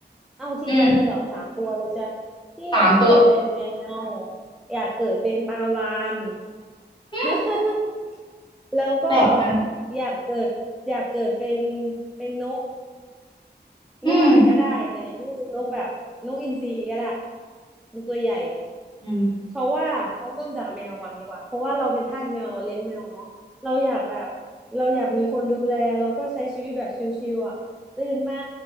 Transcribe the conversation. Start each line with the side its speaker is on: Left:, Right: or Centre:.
Centre: เอาทีเดียวเลยเหรอสามตัวเลยจ้ะ
Left: อืม
Centre: พี่อยากเกิดเป็นแม
Left: สามตัว
Centre: วอยากเกิดเป็นปลาวาฬ
Left: อืม
Centre: <laughs> แล้วก็
Left: แปลก
Centre: อยากเกิดอยากเกิดเป็นเป็นนก
Left: อืม
Centre: นกอะไรก็ได้แต่ยังไม่มีนกแบบนกอินทรีก็ได้มันตัวใหญ่
Left: อืม
Centre: เพราะว่าเราเริ่มจากแมวก่อนดีกว่า เพราะว่าเราเป็นทาสแมวเราเลี้ยงแมวเนาะเราอยากแบบเราอยากมีคนดูแลแล้วก็ใช้ชีวิตแบบชิลๆอ่ะตื่นมา